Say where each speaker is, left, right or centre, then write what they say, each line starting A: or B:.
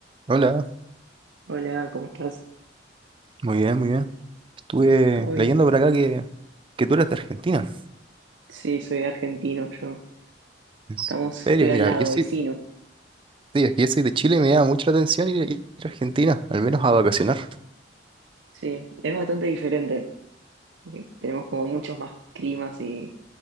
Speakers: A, on the right; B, on the right.
A: Hola,
B: Hola, ¿cómo estás?
A: muy bien, muy bien. Estuve
B: ¿Todo bien?
A: leyendo por acá que, que tú eres de Argentina.
B: Sí, soy argentino, yo.
A: ¿En
B: Estamos,
A: serio?
B: estoy
A: Mira,
B: al lado,
A: yo soy,
B: vecino.
A: sí, es que yo soy de Chile y me llama mucho la atención ir, ir a Argentina, al menos a vacacionar.
B: Sí, es bastante diferente. Eh, Tenemos como muchos más climas y,